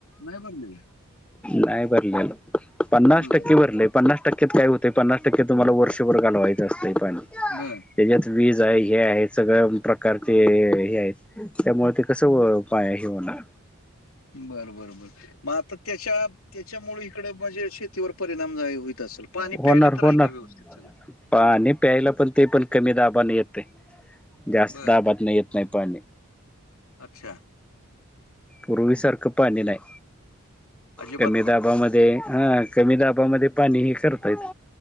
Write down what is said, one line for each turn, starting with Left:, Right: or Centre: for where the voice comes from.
Left: नाही भरलेलं
Centre: नाही भरले पन्नास
Left: बर
Centre: टक्के भरले पन्नास टक्कत काय होते पन्नास टक्के तुम्हाला वर्षभरालवायच असतं पण.
Left: बरं.
Centre: त्याच्यात वीज आहे, हे आहे, सगळ्या प्रकारचे हे आहेत त्यामुळे ते कस? <unintelligible> ही होणा
Left: बरं, बर, बर. मग आता त्याच्या, त्याच्यामुळे इकडे म्हणजे शेतीवर परिणाम जाय होई असल. पाणी
Centre: होणार
Left: प्यायला तर
Centre: होणार
Left: आहे का व्यवस्थित सगळं?
Centre: पाणी प्यायला पण ते पण कमी दाबान येतय. जास्त
Left: बरं.
Centre: दाबातन येत नाही पाणी.
Left: अच्छा.
Centre: पूर्वीसारखं पाणी नाही.
Left: अजिबात
Centre: कमी
Left: नाही.
Centre: दाबामध्ये हा, कमी दाबामध्ये पाणीही करतायत.